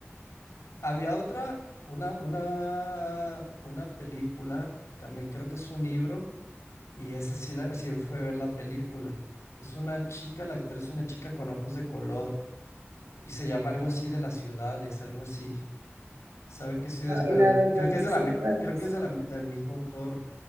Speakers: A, on the left; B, on the right.
A: Había otra, una, una, una película, también creo que es un libro, y esa sí, la, sí fue ver la película. Es una chica, la actriz es una chica con ojos de color, y se llama algo así de las ciudades, algo así. ¿Sabe qué ciudades?
B: Ah,
A: Pero
B: y la verdad
A: creo
B: no
A: que es de
B: sé
A: la, me-
B: cuál
A: creo
B: es,
A: que es de la, del mismo autor.